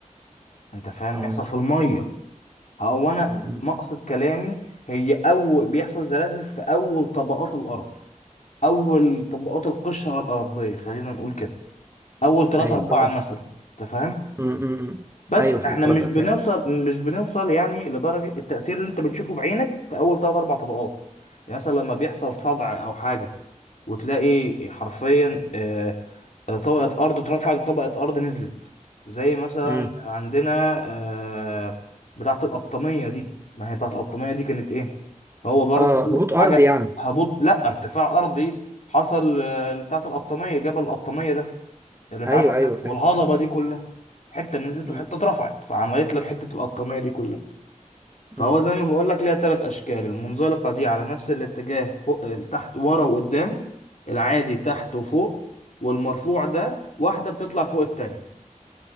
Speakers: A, on the left; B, on the right.
A: انت فاهم
B: آه
A: يحصل في الميه هو انا
B: م- م.
A: مقصد كلامي هي اول بيحصل زلازل في اول طبقات الارض اول طبقات القشره الارضيه خلينا نقول كده اول ثلاثة
B: أيوه
A: أربعة
B: فاهم قصدك
A: مثلا انت فاهم
B: م- م- م.
A: بس
B: أيوه
A: احنا
B: فهمت خلاص
A: مش
B: لأ،
A: بنوصل
B: فهمت
A: مش بنوصل يعني لدرجه التاثير اللي انت بتشوفه بعينك في اول ثلاثة أربع طبقات يعني مثلا لما بيحصل صدع او حاجه وتلاقي حرفيا آه، طبقة أرض اترفعت وطبقة أرض نزلت زي مثلا
B: م.
A: عندنا آه، بتاعة القطامية دي ما هي بتاعة القطامية دي كانت إيه؟ هو برضو
B: آه هبوط
A: حاجة
B: أرضي يعني
A: هبوط لا ارتفاع أرضي حصل آه، بتاعة القطامية جبل القطامية ده اللي اتعمل
B: أيوه أيوه
A: ده
B: فاهم
A: والهضبة دي كلها حتة نزلت
B: م-
A: وحتة اترفعت فعملت لك حتة القطامية دي كلها
B: م.
A: فهو زي ما بقول لك ليها ثلاث اشكال المنزلقه دي على نفس الاتجاه فوق تحت ورا وقدام العادي تحت وفوق والمرفوع ده واحده بتطلع فوق التانية